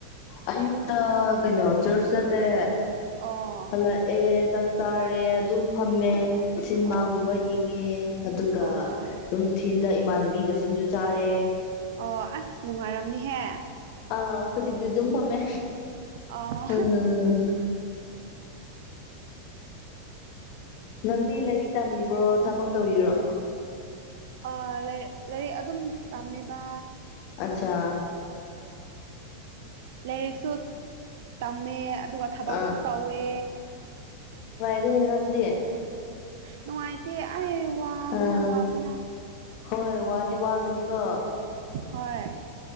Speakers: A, on the left; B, on the right.
A: ꯑꯌꯨꯛꯇ ꯀꯩꯅꯣ ꯆꯔꯆ ꯆꯠꯂꯦ
B: ꯑꯣ
A: ꯍꯜꯂꯛꯑꯦ ꯆꯥꯛ ꯆꯥꯔꯦ ꯑꯗꯨꯝ ꯐꯝꯃꯦ ꯁꯤꯟꯃꯥꯒꯨꯝꯕ
B: ꯑꯣ
A: ꯌꯦꯡꯉꯦ ꯑꯗꯨꯒ
B: ꯑꯣ
A: ꯅꯨꯡꯊꯤꯟꯗ ꯏꯃꯥꯟꯅꯕꯤꯒ ꯁꯤꯡꯖꯨ ꯆꯥꯔꯦ
B: ꯑꯣ ꯑꯁ ꯅꯅꯨꯡꯉꯥꯏꯔꯝꯅꯤꯍꯦ
A: ꯑ ꯍꯧꯖꯤꯛꯇꯤ ꯑꯗꯨꯝ ꯐꯝꯃꯦ
B: ꯑꯣ
A: ꯎꯝ ꯅꯪꯗꯤ ꯂꯥꯏꯔꯤꯛ ꯇꯥꯕꯤꯕ꯭ꯔꯣ ꯊꯕꯛ ꯇꯧꯔꯤꯔꯣ
B: ꯑꯥꯏ ꯂꯥꯏꯔꯤꯛ ꯑꯗꯨꯝ ꯇꯝꯃꯦꯕ
A: ꯑꯆꯥ
B: ꯂꯥꯏꯔꯤꯛꯁꯨ ꯇꯝꯃꯦ ꯑꯗꯨꯒ ꯊꯕꯛꯁꯨ
A: ꯑꯥ
B: ꯇꯧꯋꯦ
A: ꯔ
B: ꯅꯨꯡꯉꯥꯏꯇꯦ ꯑꯩ ꯋꯥꯕꯅ
A: ꯑꯥ
B: ꯋꯥꯕꯅ
A: ꯍꯣꯏ ꯋꯥꯗꯤ ꯋꯥꯒꯅꯤꯀꯣ
B: ꯍꯣꯏ